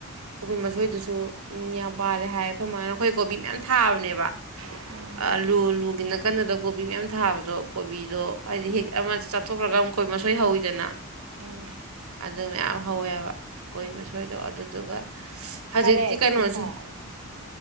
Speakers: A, on the right (about 85°); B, on the right (about 70°).
A: ꯀꯣꯕꯤ ꯃꯁꯣꯏꯗꯨꯁꯨ ꯎ ꯌꯥꯝ ꯄꯥꯜꯂꯦ ꯍꯥꯏ ꯑꯩꯈꯣꯏ ꯃꯃꯅ ꯑꯩꯈꯣꯏ ꯀꯣꯕꯤ ꯃꯌꯥꯝ ꯊꯥꯕꯅꯦꯕ
B: ꯎꯝ
A: ꯑꯂꯨ ꯑꯂꯨꯒꯤ ꯅꯥꯀꯟꯟꯅꯗ ꯀꯣꯕꯤ ꯃꯌꯥꯝ ꯊꯥꯕꯗꯣ ꯀꯣꯕꯤꯗꯣ ꯍꯥꯏꯗꯤ ꯍꯦꯛ ꯑꯃ ꯆꯥꯊꯣꯛꯈ꯭ꯔꯒ ꯑꯃ ꯃꯈꯛꯣꯏ ꯃꯁꯣꯏ ꯍꯧꯋꯤꯗꯅ
B: ꯎꯝ
A: ꯑꯗꯨ ꯃꯌꯥꯝ ꯍꯧꯋꯦꯕ ꯀꯨꯣꯏ ꯃꯊꯣꯏꯗꯣ ꯑꯗꯨꯗꯨꯒ ꯍꯧꯖꯤꯛꯇꯤ
B: ꯈꯔꯦꯗꯤꯇꯅ
A: ꯀꯩꯅꯣꯁꯨ
B: ꯇꯥꯔꯅꯤ